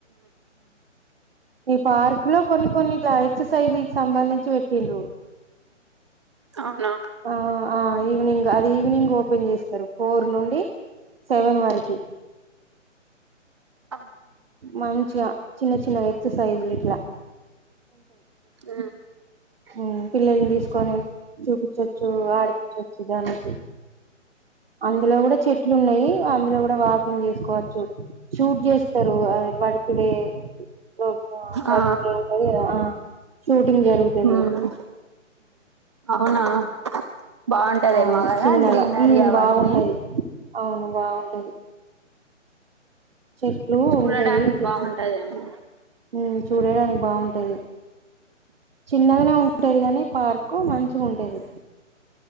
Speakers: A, on the right; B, on the right.
A: ఈ పార్క్లో కొన్ని కొన్ని ఎక్ససైజ్కి సంబంధించి పెట్టిండ్రు
B: అవునా
A: ఆ ఆ ఈవినింగ్ అది ఈవినింగ్ ఓపెన్ చేస్తరు ఫోర్ నుండి సెవెన్ వరకి
B: అ
A: మంచిగ చిన్న చిన్నగా ఎక్సర్సైజ్ ఇట్ల
B: ఆ
A: హమ్ పిల్లల్ని తీసుకొని చూపించచ్చు ఆడిపించచ్చు దానికి అందులో గుడా చెట్లు ఉన్నయి అందులో కూడా వాకింగ్ చేసుకోవచ్చు షూట్ చేస్తరు బర్తుడే ర బర్త్డే
B: ఆ
A: ఉంటది ఆ షూటింగ్ జరుగుతది
B: ఉమ్ అవునా బాగుంటదేమో
A: అవును
B: కదా
A: చిన్నగా
B: గ్రీనరీ
A: హమ్
B: అవన్నీ
A: బాగుంటది అవును బాగుం టది చెట్లు
B: చూడడానికి
A: ఉంటాయి చెట్లు
B: బాగుంటదేమో
A: హమ్ చూడడానికి బాగుంటది చిన్నగనే ఉంటది గానీ పార్కు మంచిగ ఉంటది